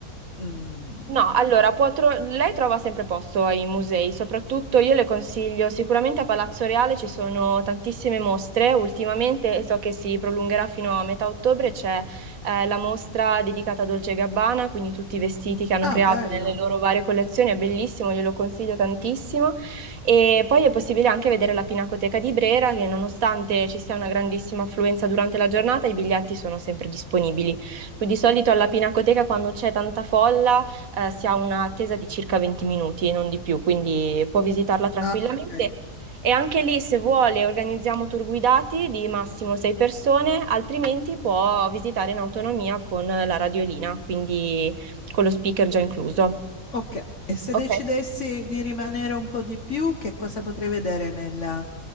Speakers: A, on the left; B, on the right.
A: mm,
B: No, allora, può tro- lei trova sempre posto ai musei, soprattutto io le consiglio, sicuramente a Palazzo Reale ci sono tantissime mostre ultimamente e so che si prolungherà fino a metà ottobre, c'è eh, la mostra dedicata a Dolce e Gabbana, quindi tutti i vestiti che hanno
A: Ah,
B: creato
A: bello.
B: nelle loro varie collezioni, è bellissimo, glielo consiglio tantissimo. E poi è possibile anche vedere la Pinacoteca di Brera, che nonostante ci sia una grandissima affluenza durante la giornata, i biglietti sono sempre disponibili. Quindi di solito alla Pinacoteca quando c'è tanta folla eh, si ha un'attesa di circa 20 minuti, non di più, quindi può visitarla tranquillamente.
A: Ah, ok.
B: E anche lì, se vuole, organizziamo tour guidati di massimo 6 persone, altrimenti può visitare in autonomia con la radiolina, quindi con lo speaker già incluso.
A: Ok, e se
B: Ok.
A: decidessi di rimanere un po' di più, che cosa potrei vedere nella,